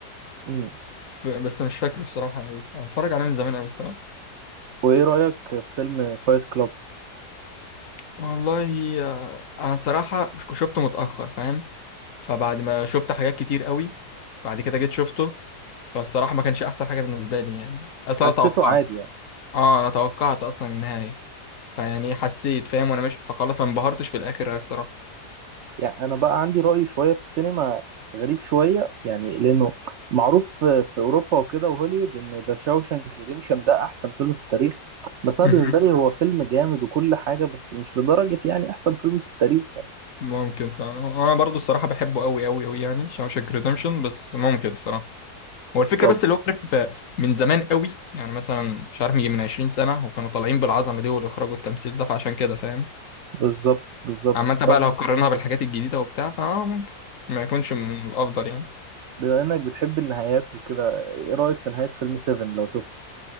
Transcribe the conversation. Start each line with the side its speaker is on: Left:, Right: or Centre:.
Right: امم
Left: ف... بس مش فاكره الصراحه قوي انا اتفرج عليه من زمان قوي الصراحه
Right: وإيه رأيك في فيلم فايت كلاب
Left: والله آه، انا صراحه مش- شفته متاخر فاهم فبعد ما شفت حاجات كتير قوي بعد كده جيت شفته فالصراحه ما كانش احسن حاجه بالنسبه لي يعني اصل
Right: حسيته
Left: انا توقعت
Right: عادي يعني
Left: اه انا توقعت اصلا النهايه فيعني حسيت فاهم وانا ماشي فخلاص ما انبهرتش في الاخر أوي الصراحه
Right: يعني انا بقى عندي رأي شوية في السينما غريب شوية يعني لانه معروف في في اوروبا وكده وهوليوود ان ذا شاوشانك ريديمشن ده احسن فيلم في التاريخ بس انا
Left: مهم.
Right: بالنسبة لي هو فيلم جامد وكل حاجة بس مش لدرجة يعني احسن فيلم في التاريخ يعني
Left: ممكن فعلا هو انا برضو الصراحه بحبه قوي قوي قوي يعني شاوشانك ريدمشن بس ممكن الصراحه هو الفكره
Right: طب
Left: بس اللي هو عارف آه، من زمان قوي يعني مثلا مش عارف يجي من 20 سنه وكانوا طالعين بالعظمه دي والاخراج والتمثيل ده فعشان كده فاهم
Right: بالظبط بالظبط
Left: عامه
Right: طب
Left: بقى لو هتقارنها بالحاجات الجديده وبتاع فاه ممكن ما يكونش من الافضل يعني
Right: بما انك بتحب النهايات وكده ايه رأيك في نهاية فيلم 7 لو شفته